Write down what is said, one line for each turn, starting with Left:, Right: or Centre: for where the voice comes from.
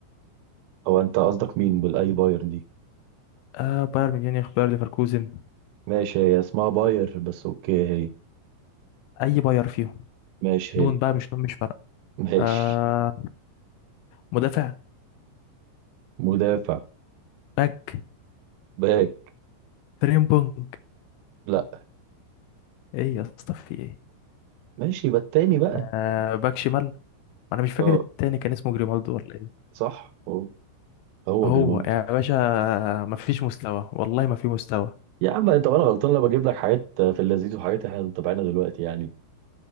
Right: هو أنت قصدك مين بالأي باير دي
Left: آه بايرن ميونخ بايرن ليفركوزن
Right: ماشي هي اسمها باير بس أوكي هي
Left: اي بايرن فيهم
Right: ماشي
Left: نون
Right: هي
Left: بقى مش نون مش فارقه
Right: ماشي
Left: آه مدافع
Right: مدافع
Left: باك
Right: باك
Left: فريمبونج
Right: لا
Left: ايه يا اسطى في ايه
Right: ماشي يبقى التاني بقى
Left: آه باك شمال ما انا مش فاكر
Right: أه
Left: التاني كان اسمه جريمالدو ولا ايه
Right: صح هو هو
Left: هو
Right: جريمالدو
Left: يا باشا ما فيش مستوى والله ما في مستوى
Right: يا عم أنت أنا غلطان لما بجيب لك حاجات في اللذيذ وحاجات إحنا متابعينها دلوقتي يعني